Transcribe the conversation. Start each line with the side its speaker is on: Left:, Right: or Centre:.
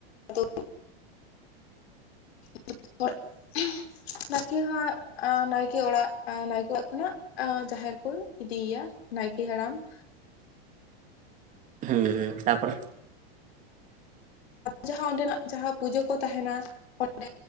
Left: <unintelligible> <unintelligible> ᱱᱟᱭᱠᱤ ᱦᱚᱸ ᱟ ᱱᱟᱭᱠᱤ ᱠᱮ ᱚᱲᱟᱜ ᱱᱟᱭᱠᱮ ᱚᱲᱟᱜ ᱠᱷᱚᱱᱟᱜ ᱡᱟᱦᱮᱨ ᱠᱚ ᱤᱫᱤᱭᱮᱭᱟ ᱱᱟᱭᱠᱮ ᱦᱟᱲᱟᱢ ᱾
Right: ᱦᱩᱸ ᱦᱩᱸ ᱛᱟᱯᱚᱨ
Left: ᱡᱟᱦᱟᱸ ᱚᱸᱰᱮᱱᱟᱜ ᱡᱟᱦᱟᱸ ᱯᱩᱡᱟᱹ ᱠᱚ ᱛᱟᱦᱮᱱᱟ ᱚᱸᱰᱮ